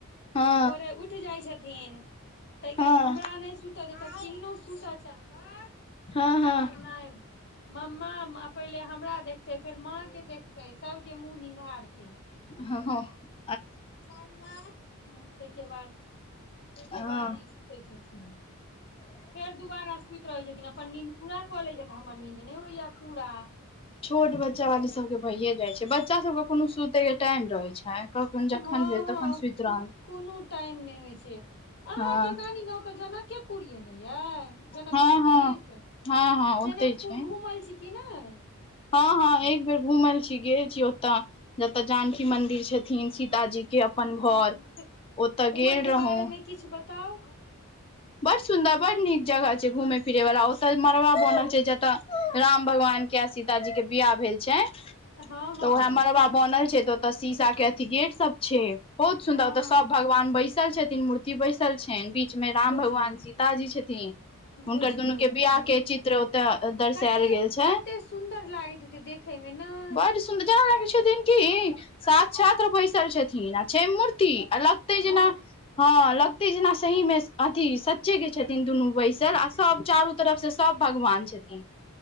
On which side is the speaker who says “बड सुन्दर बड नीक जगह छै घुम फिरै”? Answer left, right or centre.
Left